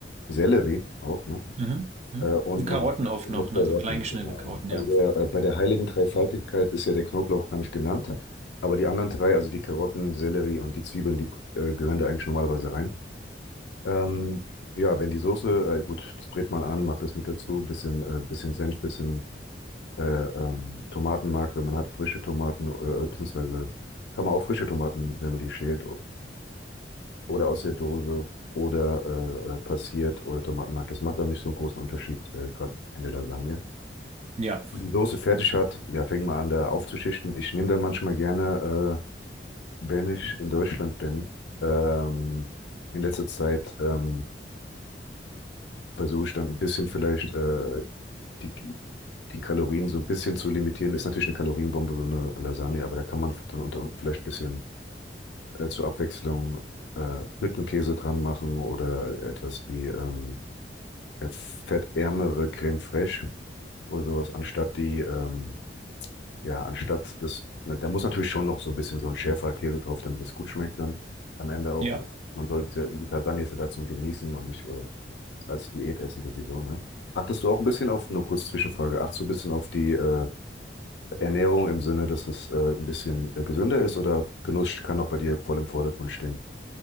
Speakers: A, on the left; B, on the right.
A: Sellerie auch, ne?
B: mhm, mhm.
A: Äh, und
B: Und Karotten
A: noch,
B: oft
A: noch
B: noch,
A: Karotten.
B: ne? So klein geschnittene
A: genau.
B: Karotten,
A: Also
B: ja.
A: der, äh, bei der heiligen Dreifaltigkeit ist ja der Knoblauch gar nicht genannt, aber die anderen drei, also die Karotten, Sellerie und die Zwiebeln, die äh, gehören da eigentlich normalerweise rein. Ähm, ja, wenn die Soße, äh, gut, das brät man an, macht das mit dazu, bisschen, äh, bisschen Senf, bisschen äh, ähm, Tomatenmark, wenn man hat frische Tomaten, äh, beziehungsweise kann man auch frische Tomaten, wenn man die schält, äh, oder aus der Dose oder äh, äh, passiert oder Tomatenmark. Das macht dann nicht so einen großen Unterschied, äh, gerade in der Lasagne.
B: Ja,
A: Wenn man die Soße fertig hat, ja, fängt man an, da aufzuschichten. Ich nehme dann manchmal gerne, äh, wenn ich in Deutschland bin, ähm, in letzter Zeit ähm, versuche ich dann ein bisschen vielleicht äh, die, die Kalorien so ein bisschen zu limitieren. Ist natürlich eine Kalorienbombe, so eine Lasagne, aber da kann man dann unter vielleicht ein bisschen äh, zur Abwechslung äh, Hüttenkäse dran machen oder etwas, die ähm, fettärmere Creme Fraiche oder sowas, anstatt die, ähm, ja, anstatt das, na, da muss natürlich schon noch so ein bisschen so ein schärferer Käse drauf, damit es gut schmeckt dann am Ende auch.
B: ja.
A: ne? Man sollte es ja, die Lasagne ist ja da zum Genießen und nicht äh, als Diät essen sowieso, ne? Achtest du auch ein bisschen auf, nur kurz Zwischenfrage, achtest du ein bisschen auf die äh, Ernährung im Sinne, dass es äh, ein bisschen äh, gesünder ist oder Genuss kann auch bei dir voll im Vordergrund stehen?